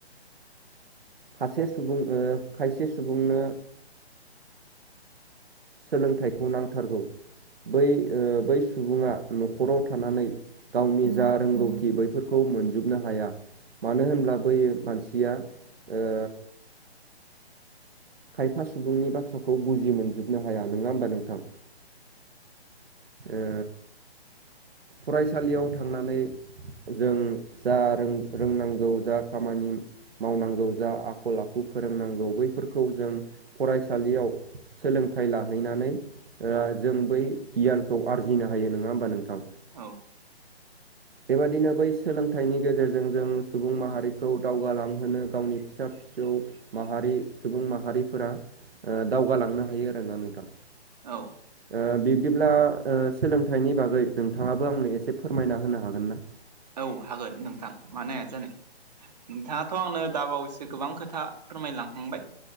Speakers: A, on the right; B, on the right.
A: सासे सुबुं ओ खायसे सुबुंनो, सोलोंथाइखौ नांथारगौ बै बै सुबुङा न'खराव थानानै गावनि जा रोंगौथि बैफोरखौ मोनजोबनो हाया। मानो होनब्ला बै मानसिया ओ खायफा सुबुंनि बाथ्राखौ बुजि मोनजोबनो हाया नङा होमबा नोंथां, ओ फरायसालियाव थांनानै, जों जा रों रोंनांगौ जा खामानि, मावनांगौ जा आखल आखु फोरोंनांगौ बैफोर खौ जों फरायसालियाव सोलोंथाइ लाहैनानै, जों बै गियानखौ आरजिनो हायो नङा होमबा नोंथां,
B: औ
A: बेबादिनो बै सोलोंथाइनि गेजेरजों जों सुबुं माहारिखौ दावगालांहोनो गावनि फिसा जौ माहारि सुबुं माहारिफोरा ओ दावगालांनो हायो आरो ना नोंथां।
B: औ।
A: ओ बिब्दियाव ओ सोलोंथाइनि बागै नोंथाङाबो आंनो एसे फोरमायना होनो हागोन ना?
B: औ हागोन नोंथां मानो हाया जानो। नोंथांङाथ' आंनो दाबावैसो गोबां खोथा फोरमायलांखांबाय।